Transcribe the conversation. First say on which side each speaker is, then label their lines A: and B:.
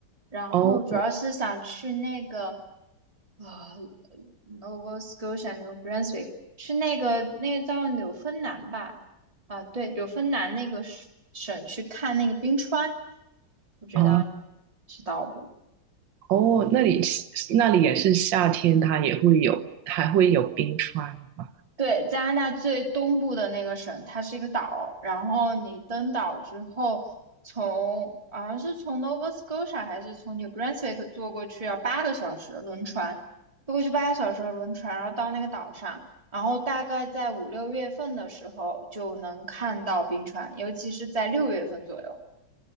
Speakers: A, on the right; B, on the right.
A: 然后主要是想去那个
B: 哦，
A: 呃 Nova Scotia New Brunswick 去那个那个叫纽芬兰吧？啊，对，纽芬兰那个省省去看那个冰川，不知道你
B: 啊，
A: 知道不？
B: 哦，那里那里也是夏天，它也会有，还会有冰川吗？
A: 对，加拿大最东部的那个省，它是一个岛，然后你登岛之后从，好像是从 Nova Scotia 还是从 New Brunswick 坐过去要八个小时轮船，坐过去八个小时的轮船，然后到那个岛上，然后大概在五六月份的时候就能看到冰川，尤其是在六月份左右。